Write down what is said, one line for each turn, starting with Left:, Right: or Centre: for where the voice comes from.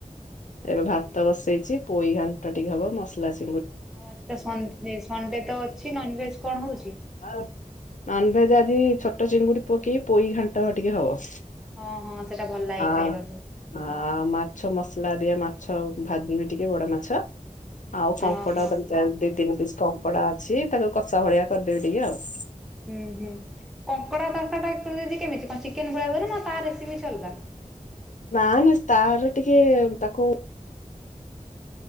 Left: ଏବେ
Centre: ହୁଁ
Left: ଭାତ
Centre: ହୁଁ
Left: ବସେଇଚି ପୋଇ ଘାଟ ଟିକେ ହବ ମସଲା ଚି
Centre: ଆଉ ଆଜି ତ ଏ ସଣ୍ଡେ ତ ଅଛି ନନ୍ ଭେଜେ କଣ ହଉଛି?
Left: ଆଉ ନନ୍ ଭେଜେ ଆଜି ଛୋଟ ଚିଙ୍ଗୁଡି ପକେଇ ପୋଇ ଘାଣ୍ଟ ଟିକେ ହବ।
Centre: ହଁ ହଁ ସେଇଟା ଭଲ ଲାଗେ
Left: ଆ
Centre: ଖାଇବାକୁ।
Left: ଆ ମାଛ ମସଲା ଦିଆ ମାଛ ଭାଜିମି ଟିକେ ବଡ ମାଛ। ଆଉ କଙ୍କଡା
Centre: ଓହୋ
Left: ଦି ତିନି ପିସ୍ କଙ୍କଡା ଅଛି ତାକୁ କସା ଭଳିଆ କରିଦେବି ଟିକେ ଆଉ।
Centre: ହୁଁ ହୁଁ କଙ୍କଡା ତରକାରିଟା ତିଆରିହୋଉଚି କେମିତି କଣ ଚିକେନେ ଭଳିଆ କର ନା ତା ରେସିପି କିଛି ଅଲଗା?
Left: ନା ନା ତାର ଟିକେ ତାକୁ